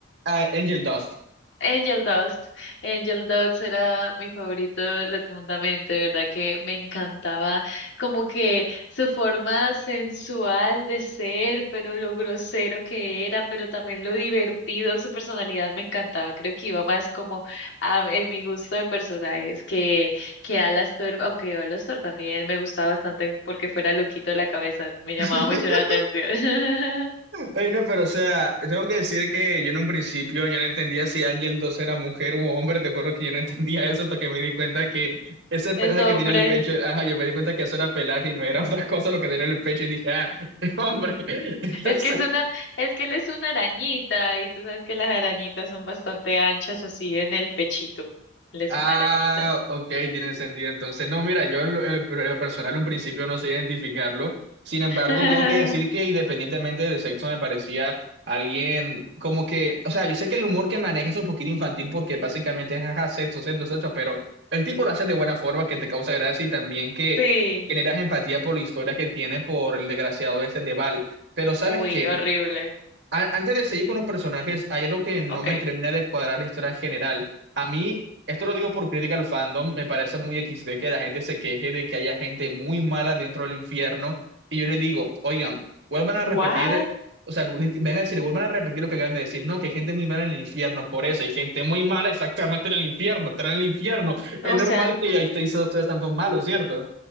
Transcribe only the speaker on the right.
Ah, Angel Dust.
<laughs>
Ay no, pero o sea, tengo que decir que yo en un principio yo no entendía si Angel Dust era mujer u hombre, te juro que yo no entendía eso hasta que me di cuenta que ese pelaje
que tiene en el pecho, ajá, yo me di cuenta que eso era pelaje y no era otra cosa lo que tenía en el pecho y dije, ah, <laughs> hombre. Entonces,
Ah,
ok, tiene sentido entonces. No, mira, yo en lo, en lo- per- en lo personal un principio no sé identificarlo. Sin embargo,
tengo que decir que independientemente del sexo me parecía alguien como que, o sea, yo sé que el humor que maneja es un poquito infantil porque básicamente es jaja, sexo, sexo, sexo, pero el tipo lo hace de buena forma que te causa gracia y también que
generas empatía por la historia que tiene por el desgraciado este de Val. Pero ¿sabes
qué?
a- antes de seguir con los personajes, hay algo que no
me termina de cuadrar la historia general. A mí, esto lo digo por crítica al fandom, me parece muy XD que la gente se queje de que haya gente muy mala dentro del infierno. Y yo le digo, oigan, vuelvan a repetir,
o sea, di- vengan a decir, vuelvan a repetir lo que acaban de decir. No, que hay gente muy mala en el infierno, por eso hay gente muy mala exactamente en el infierno, están en el infierno. Es
normal
que ahí estéis ustedes tanto malos, ¿cierto?